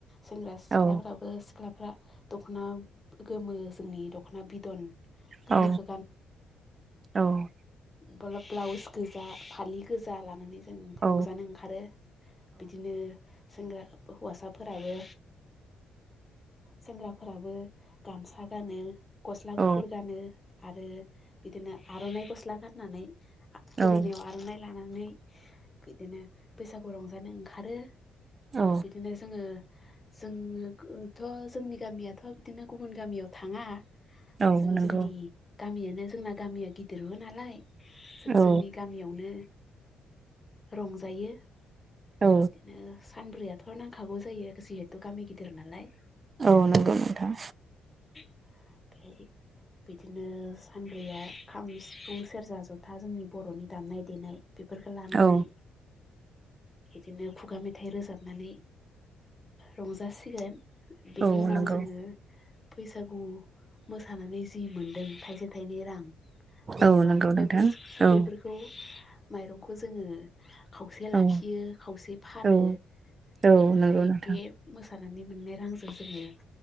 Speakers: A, on the left (about 25°); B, on the right (about 40°).
A: सेंग्रा सिख्लाफ्राबो
B: औ
A: सिख्लाफ्रा दखना गोमो जोंनि दखना बिदन गोमोखौ
B: औ औ
A: बोला ब्लाउस गोजा फालि गोजा लानानै जों रंजानो
B: औ
A: ओंखारो बिदिनो सेंग्रा हौवासाफोराबो सेंग्राफोराबो गामसा गानो गस्ला
B: औ
A: गुफुर गानो आरो बिदिनो आरनाइ गस्ला गाननानै गोदोनायाव
B: औ
A: आरनाइ लानानै बिदिनो बैसागु रंजानो ओंखारो
B: औ
A: बिदिनो जोङो जोङो गो थ जोंनि गामियाथ बिदिनो गुबुन गामियाव थाङा जों
B: औ नंगौ
A: जोंनि गामियानो जोंना गामिया गिदिरबो नालाय जों
B: औ
A: जोंनि गामियावनो रंजायो
B: औ
A: बिदिनो सानब्रैयाथ नांखागौ जायो जिहेथु गामि गिदिर नालाय
B: औ नंगौ नोंथां
A: ओमफ्राय बिदिनो सानब्रैया खाम सिफुं सेरजा जथा जोंनि बरनि दामनाय देनाय बेफोरखौ लानानै
B: औ
A: बिदिनो खुगा मेथाइ रोजाबनानै रंजासिगोन बेनि
B: औ
A: उनाव
B: नंगौ
A: जोङो बैसागु मोसानानै जि मोनदों थाइसे थायनै रां माइरं
B: औ नंगौ नोंथां
A: बेफोर
B: औ
A: बेफोरखौ माइरंखौ जोङो खावसे लाखियो
B: औ
A: खावसे फानो
B: औ औ
A: बेनिफ्राय
B: नंगौ नोंथां
A: बे मोस सानानै मोननाय रांजों जोङो